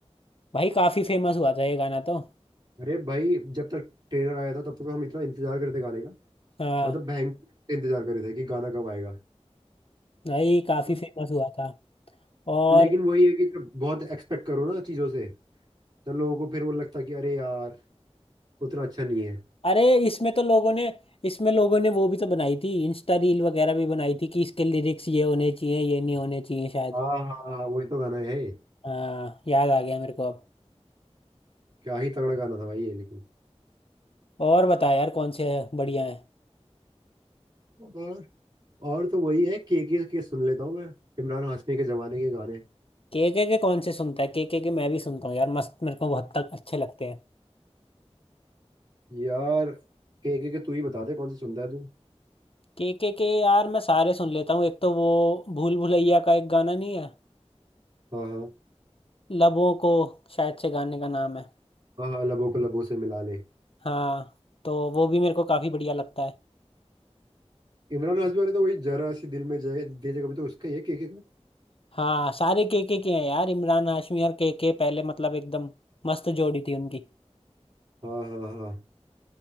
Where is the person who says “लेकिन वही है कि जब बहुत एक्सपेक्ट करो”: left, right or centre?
Right